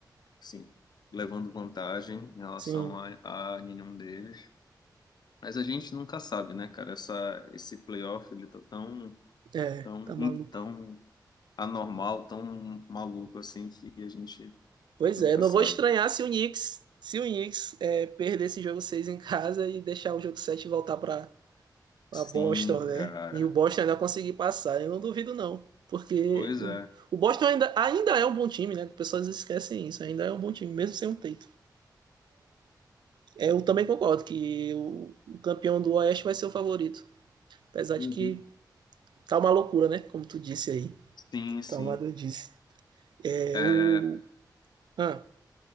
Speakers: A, on the left; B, on the right.
A: assim, levando vantagem em relação
B: Sim,
A: a, a nenhum deles. Mas a gente nunca sabe, né, cara? Essa, esse playoff, ele tá tão,
B: é,
A: tão,
B: tá maluco.
A: tão anormal, tão maluco assim, que a gente
B: Pois
A: nunca
B: é, não
A: sabe.
B: vou estranhar se o Knicks, se o Knicks é, perder esse jogo 6 em casa e deixar o jogo 7 voltar para pra
A: Sim,
B: Boston, né?
A: cara.
B: E o Boston ainda conseguir passar, eu não duvido não, porque
A: Pois
B: o,
A: é.
B: o Boston ainda, ainda é um bom time, né? As pessoas esquecem isso, ainda é um bom time, mesmo sem um Tatum. É, Eu também concordo que o, o campeão do Oeste vai ser o favorito. Apesar
A: Uhum.
B: de que tá uma loucura, né? Como tu disse aí.
A: Sim, sim.
B: Então, lá eu disse. É
A: É,
B: o. Ah,